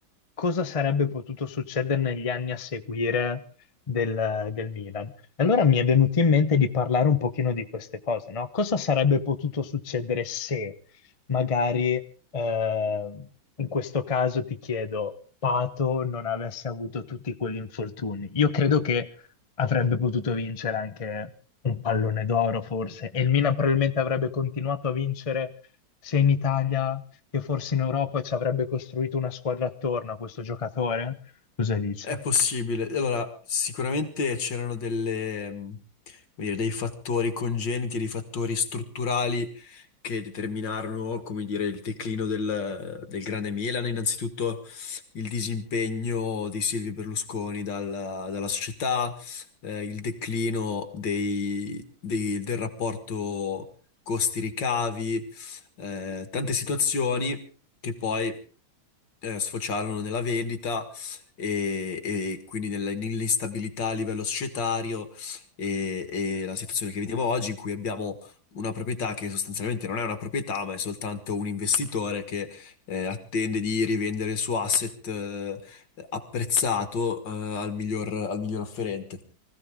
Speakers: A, on the left (about 30°); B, on the left (about 65°).
A: cosa sarebbe potuto succedere negli anni a seguire del, del Milan? E allora mi è venuto in mente di parlare un pochino di queste cose, no? Cosa sarebbe potuto succedere se magari eh, in questo caso ti chiedo, Pato non avesse avuto tutti quegli infortuni, io credo che avrebbe potuto vincere anche un pallone d'oro forse, e il Milan probabilmente avrebbe continuato a vincere sia in Italia che forse in Europa e ci avrebbe costruito una squadra attorno a questo giocatore. Cosa dici?
B: È possibile. Allora, sicuramente c'erano delle, mh, come dire, dei fattori congeniti, dei fattori strutturali che determinarono, come dire, il declino del, del Grande Milan. Innanzitutto il disimpegno di Silvio Berlusconi dalla, dalla società, eh, il declino dei- dei- del rapporto costi-ricavi, eh, tante situazioni che poi eh, sfociarono nella vendita e, e quindi nella- nell'instabilità a livello societario e, e la situazione che vediamo oggi in cui abbiamo una proprietà che sostanzialmente non è una proprietà, ma è soltanto un investitore che eh, attende di rivendere il suo asset eh, apprezzato eh, al miglior, al miglior offerente.